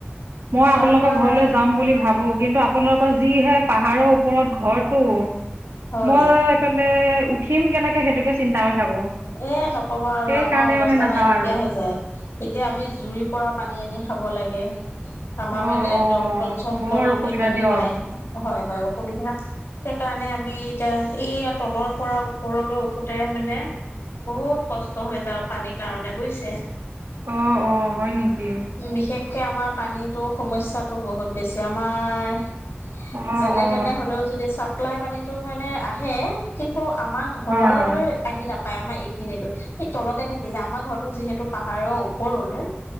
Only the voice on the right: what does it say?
মই আপোনালোকৰ
ঘৰলৈ যাম বুলি ভাবো। কিন্তু আপোনালোকৰ যিহে পাহাৰৰ ওপৰত ঘৰটো
মই উঠিম কেনেকে সেইটোকে চিন্তা কৰি থাকোঁ
সেইকাৰণে
মানে নাযাওঁ
আৰু
অ
অ
বৰ অসুবিধা
দিয়ক
অ অ হয় নেকি।
অ
অ
হয় হয়